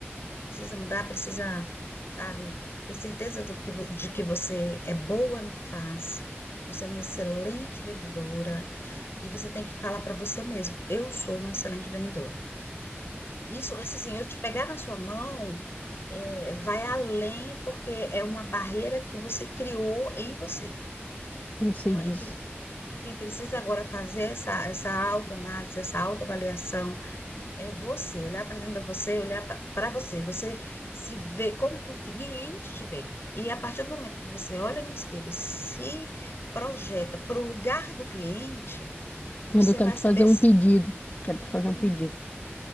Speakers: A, on the left; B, on the left.
A: Precisa mudar, precisa, sabe, ter certeza do que, vo- de que você é boa no que faz. Você é uma excelente vendedora e você tem que falar para você mesmo, eu sou uma excelente vendedora. Isso, isso assim, eu te pegar na sua mão, é, vai além porque é uma barreira que você criou em você.
B: eu sei
A: Então,
B: disso.
A: é, quem, quem precisa agora fazer essa, essa autoanálise, essa autoavaliação, é você, olhar para dentro de você, olhar para você, você se vê como o cliente te vê. E a partir do momento que você olha no espelho, e se projeta para o lugar do cliente, você
B: Ainda eu quero
A: vai
B: te
A: saber
B: fazer um
A: se.
B: pedido, quero te fazer
A: Hum,
B: um pedido.